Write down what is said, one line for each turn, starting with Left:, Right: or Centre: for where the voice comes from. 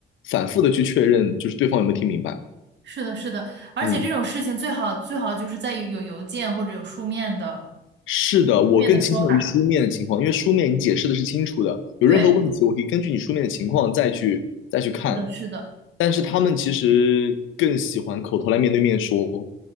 Left: 反复的去确认，就是对方有没有听明白。
Right: 是的，是的，而且这种事情最好最好就是在于有邮件或者有书面的
Left: 嗯，是的，我更倾向于书面的情况，
Right: 书面的说法。
Left: 因为书面你解释的是清楚的，有任何问题我可以根据你书面的情况再去再去看，
Right: 对，是的，是的，
Left: 但是他们其实更喜欢口头来面对面说，